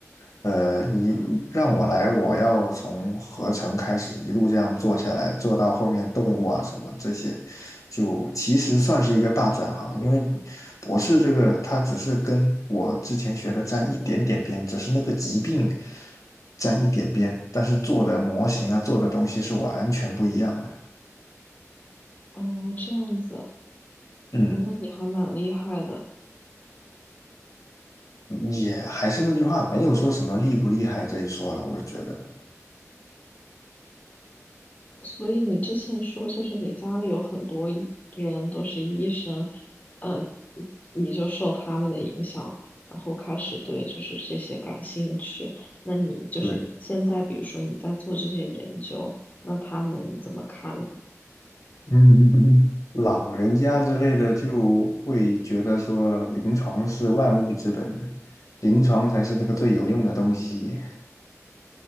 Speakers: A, on the left (about 85°); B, on the left (about 30°).
A: 呃，你让我来，我要从合成开始一路这样做下来，做到后面动物啊什么这些，就其实算是一个大转行，因为博士这个它只是跟我之前学的沾一点点边，只是那个疾病沾一点边，但是做的模型啊，做的东西是完全不一样的。
B: 哦这样子，
A: 嗯，
B: 哦那你还蛮厉害的。
A: 也还是那句话，没有说什么厉不厉害这一说了，我觉得。
B: 所以你之前说，就是你家里有很多医人都是医生，呃，你你就受他们的影响，然后开始对就是这些感兴趣。那你就是现在，
A: 对，
B: 比如说你在做这些研究，那他们怎么看呢？
A: 嗯，<laughs> 老人家之类的就会觉得说，临床是万物之本，临床才是那个最有用的东西。